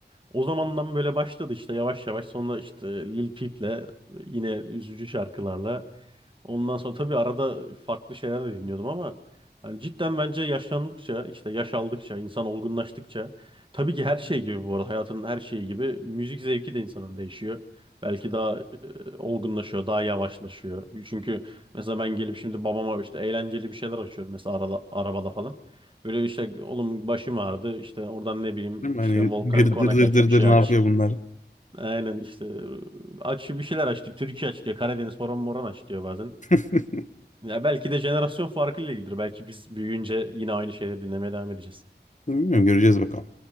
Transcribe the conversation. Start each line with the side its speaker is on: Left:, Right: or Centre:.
Right: O zamandan böyle başladı işte yavaş yavaş sonra işte Lil Peep'le yine üzücü şarkılarla. Ondan sonra tabii arada farklı şeyler de dinliyordum ama yani cidden bence yaşlandıkça işte yaş aldıkça insan olgunlaştıkça tabii ki her şey gibi bu arada hayatın her şeyi gibi müzik zevki de insanın değişiyor. Belki daha e, olgunlaşıyor, daha yavaşlaşıyor. Çünkü mesela ben gelip şimdi babama işte eğlenceli bir şeyler açıyorum mesela arada, arabada falan. Böyle bir şey oğlum başım ağrıdı işte oradan ne bileyim
Left: Değil mi?
Right: işte
Left: Hani
Right: Volkan
Left: gır
Right: Konak
Left: dır dır
Right: aç
Left: dır
Right: bir şey
Left: dır
Right: aç.
Left: ne yapıyor bunlar?
Right: Aynen işte aç bir şeyler aç diyor. Türkiye aç diyor. Karadeniz horon moron aç diyor bazen.
Left: <laughs>
Right: Ya belki de jenerasyon farkıyla ilgilidir. Belki biz büyüyünce yine aynı şeyleri dinlemeye devam edeceğiz.
Left: Bilmiyorum göreceğiz bakalım.